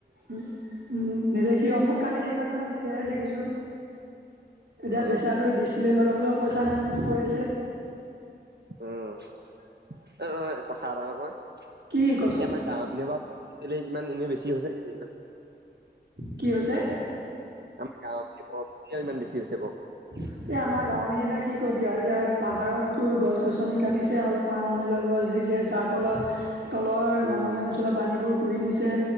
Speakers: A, on the right; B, on the right.
A: উ উ নিদখি অমুক কালি দেখা মই তেতিয়াহে দেখিছো এতিয়া
B: অ
A: বেচয়াটো্ লগ <unintelligible> কোলৈ পইচা নাই মোক কৈ আছে।
B: উম অ এ কথা এটা নহয়
A: কি কচোন
B: এ আমাৰ গাঁৱৰ পিনেপা ইমান এনেই বেছি হৈছে নেকি?
A: কি হৈছে?
B: আমাৰ গাঁৱৰয়া ইমান বেছি হৈছে বও <unintelligible>
A: এ আমাৰ গাঁও পিধি এতিয়া কি কবি আৰু এতিয়া পাহাৰতো গছ গছনি কাটিছে আৰু পাৰ মহ লগ <unintelligible> দিছে যাৰ ফলত তলৰ
B: উম
A: নামনি অঞ্চলত পানীবোৰ শুহি নিছে